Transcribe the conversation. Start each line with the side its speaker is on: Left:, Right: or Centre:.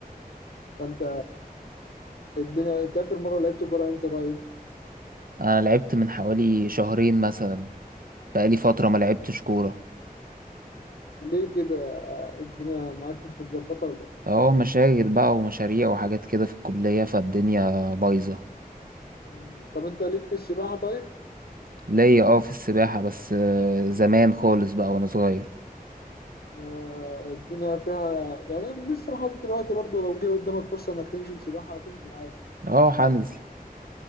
Left: فانت الدنيا انت اخر مره لعبت كوره امتى طيب؟
Right: انا لعبت من حوالي شهرين مثلا بقالي
Left: مم،
Right: فترة ما لعبتش كورة
Left: ليه كده الدنيا معاك مش متظبطه ولا ايه؟
Right: اه مشاغل بقى ومشاريع وحاجات كده في الكلية فالدنيا بايظة
Left: مم، طب انت ليك في السباحه طيب؟
Right: ليا اه في السباحة بس آه، زمان خالص بقى وانا صغير
Left: آه، الدنيا فيها يعني لسه لحد دلوقتي برضو لو جه قدامك فرصة انك تنزل سباحة هتنزل عادي
Right: اه هنزل